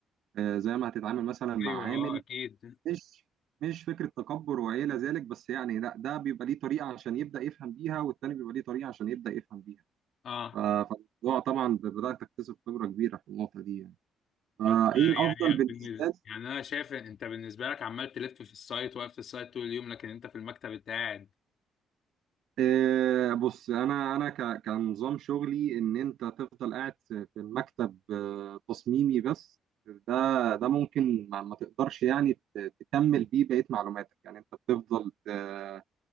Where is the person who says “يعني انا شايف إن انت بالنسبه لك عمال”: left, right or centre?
Left